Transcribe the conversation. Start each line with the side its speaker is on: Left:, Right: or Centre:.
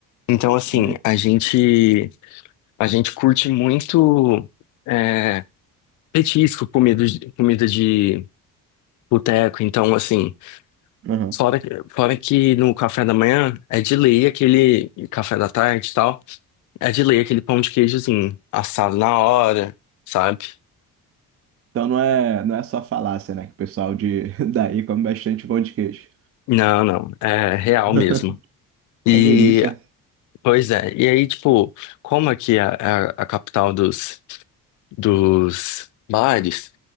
Left: Então, assim,
Right: Maneiro.
Left: a gente, a gente curte muito. é, Petisco, comida de, comida de boteco. Então, assim,
Right: Aham.
Left: fora, fora que no café da manhã é de lei aquele café da tarde e tal, é de lei aquele pão de queijozinho assado na hora, sabe?
Right: Então não é, não é só falácia, né? Que o pessoal de <laughs> daí come bastante pão de queijo.
Left: Não, não, é real
Right: <laughs>
Left: mesmo.
Right: Uma
Left: E,
Right: delícia.
Left: pois é, e aí, tipo, como aqui é a, a capital dos, dos bares,